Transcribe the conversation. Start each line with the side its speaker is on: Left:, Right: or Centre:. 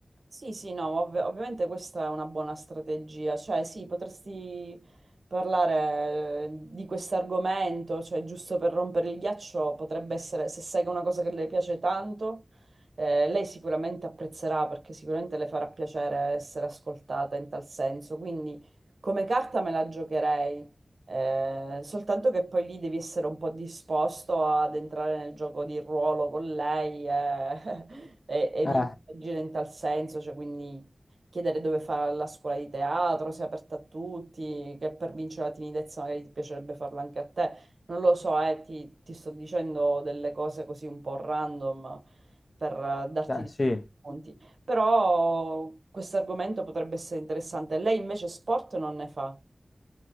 Right: Sì, sì, no, ma ovvi- ovviamente questa è una buona strategia, cioè sì, potresti parlare eh, di questo argomento, cioè giusto per rompere il ghiaccio potrebbe essere, se sai che è una cosa che le piace tanto, eh, lei sicuramente apprezzerà perché sicuramente le farà piacere essere ascoltata in tal senso, quindi come carta me la giocherei. Eh, soltanto che poi lì devi essere un po' disposto ad entrare nel gioco di ruolo con lei eh, <laughs> e- ed
Left: Eh,
Right: interagire in tal senso, cioè quindi chiedere dove fa la scuola di teatro, se è aperta a tutti, che per vincere la timidezza magari ti piacerebbe farlo anche a te. Non lo so, eh, ti, ti sto dicendo delle cose così un po' random per eh, darti
Left: cioè, sì,
Right: dei punti. Però questo argomento potrebbe essere interessante. Lei invece sport non ne fa.